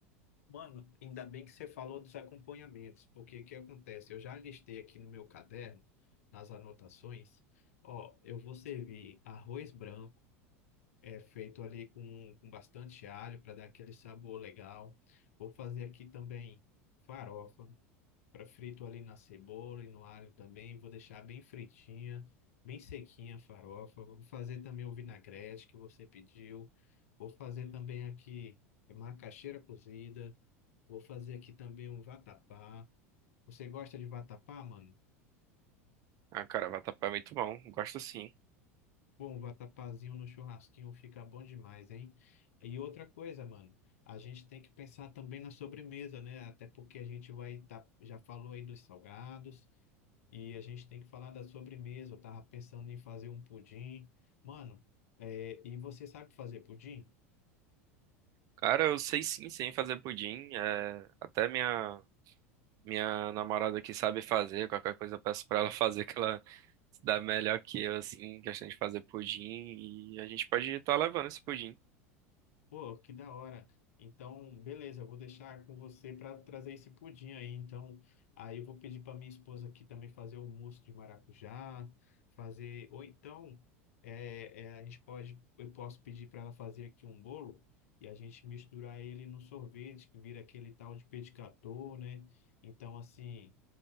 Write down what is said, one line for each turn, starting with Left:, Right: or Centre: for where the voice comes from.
Left: Mano, ainda bem que você falou dos acompanhamentos, porque o que acontece? Eu já listei aqui no meu caderno, nas anotações, ó, eu vou servir arroz branco, é feito ali com, com bastante alho para dar aquele sabor legal. Vou fazer aqui também farofa. Pra frito ali na cebola e no alho também. Vou deixar bem fritinha, bem sequinha a farofa. Vou fazer também o vinagrete que você pediu. Vou fazer também aqui macaxeira cozida. Vou fazer aqui também um vatapá. Você gosta de vatapá, mano?
Right: Ah, cara, vatapá é muito bom, gosto sim.
Left: Pô, um vatapazinho no churrasquinho fica bom demais, hein? E outra coisa, mano, a gente tem que pensar também na sobremesa, né? Até porque a gente vai tá, já falou aí dos salgados. E a gente tem que falar da sobremesa. Eu tava pensando em fazer um pudim. Mano, é, e você sabe fazer pudim?
Right: Cara, eu sei sim, sem fazer pudim, é, até minha Minha namorada aqui sabe fazer, qualquer coisa eu peço pra ela <laughs> fazer, que ela se dá melhor que eu, assim, em questão de fazer pudim, e a gente pode estar levando esse pudim.
Left: Pô, que da hora. Então, beleza, eu vou deixar com você para trazer esse pudim aí. Então, aí eu vou pedir para minha esposa aqui também fazer o mousse de maracujá, fazer. Ou então, é, é, a gente pode, eu posso pedir para ela fazer aqui um bolo e a gente misturar ele no sorvete, que vira aquele tal de pedicator, né? Então, assim,